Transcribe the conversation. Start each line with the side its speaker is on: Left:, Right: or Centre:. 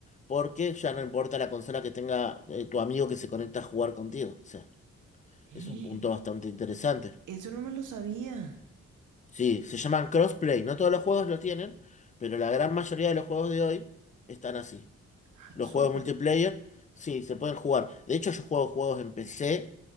Left: porque ya no importa la consola que tenga eh, tu amigo que se conecta a jugar contigo. O sea,
Right: ¡Eh!
Left: es un punto bastante interesante.
Right: Eso no me lo sabía.
Left: Sí, se llaman crossplay. No todos los juegos lo tienen, pero la gran mayoría de los juegos de hoy están así.
Right: Ah,
Left: Los
Right: súper.
Left: juegos multiplayer, sí, se pueden jugar. De hecho, yo juego juegos en PC